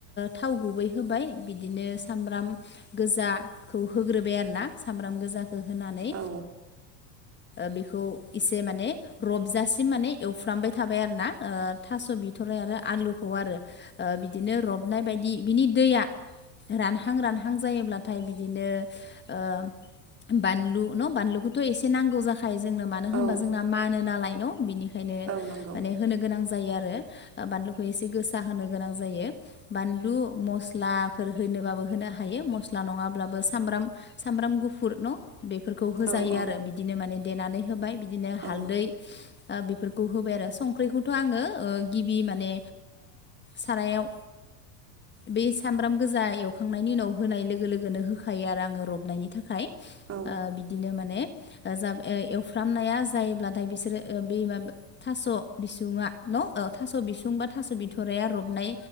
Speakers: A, on the left; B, on the right.
A: थाव गुबै होबाय बिदिनो सामब्राम गोजाखौ होग्रोबाय आरोना सामब्राम गोजाखौ होनानै
B: औ
A: बेखौ एसे माने रबजासिम माने एवफ्रांबाय थाबाय आरो ना थास' बिथरनाय आरो आलुखौ आरो बिदिनो रबनाय बायदि बिनि दैया रानहां रानहां जायोब्लाथाय बिदिनो ओ बानलु न बानलुखौथ' एसे नांगौ जा खायो जोंनो मानो
B: औ
A: होनबा जोंना मानो नालाय न बिनिखायनो
B: औ नंगौ
A: माने होनो गोनां जायो आरो बानलुखौ एसे गोसा होनो गोनां जायो बानलु मस्लाफोर होनोबाबो होनो हायो मस्ला नङाब्लाबो सामब्राम सामब्राम गुफुर न' बेफोरखौ होजायो
B: औ औ
A: आरो बिदिनो माने देनानै होबाय बिदिनो हालदै
B: औ
A: बेफोर खौ होबाय आरो संख्रिखौथ' आङो गिबि माने सारायाव बे सामब्राम गोजा एवखांनायनि उनाव होनाय लोगो लोगोनो होखायो आरो आङो रबनायनि थाखाय बिदिनो
B: औ
A: माने जा एवफ्रामनाया जायोब्लाथाय बिसोरो बे माबा थास' बिसुुङा न' थास' बिसुं बा थास' बिथ'रा रबनाय